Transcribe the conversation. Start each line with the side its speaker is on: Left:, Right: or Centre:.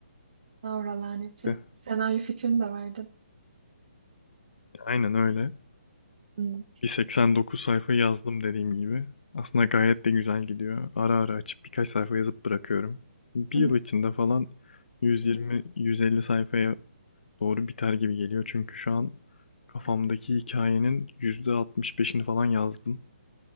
Right: Laura laneti.
Left: Ve
Right: Senaryo fikrini de verdin.
Left: aynen öyle.
Right: Hmm.
Left: Bir 89 sayfa yazdım dediğim gibi. Aslında gayet de güzel gidiyor. Ara ara açıp birkaç sayfa yazıp bırakıyorum. Bir
Right: Hı hı.
Left: yıl içinde falan 120-150 sayfaya doğru biter gibi geliyor. Çünkü şu an kafamdaki hikayenin %65'ini falan yazdım.